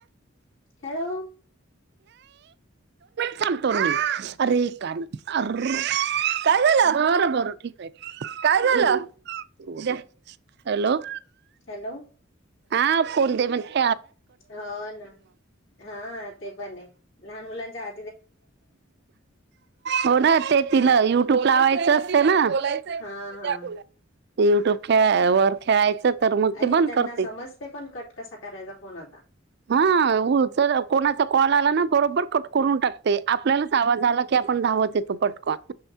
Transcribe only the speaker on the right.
सांतोरनी अरे कान अर काय झालं बरं बरं ठीक आहे काय झालं हॅलो
हा फोन दे म्ह
हो ना ते तिला युट्यूब लावायचं असते ना द्यायचा
म्हटले
द्या बोला युट्यूबच्या वर खेळायचं तर मग
ते बंद
करते
हा चर कोणाचा कॉल आला ना बरोबर कट करून टाकत ते आपल्यालाच आवाज आला की आपण धावत येतो पटकन